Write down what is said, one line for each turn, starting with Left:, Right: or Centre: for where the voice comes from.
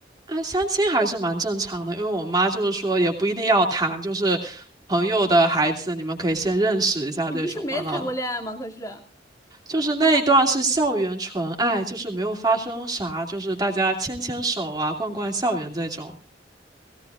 Right: 嗯，相亲还是蛮正常的，因为我妈就是说也不一定要谈，就是朋友的孩子，你们可以先认识一下这种嘛。
Left: 你不是没谈过恋爱吗？
Right: 老，
Left: 可是
Right: 就是那一段是校园纯爱，就是没有发生啥，就是大家牵牵手啊，逛逛校园这种，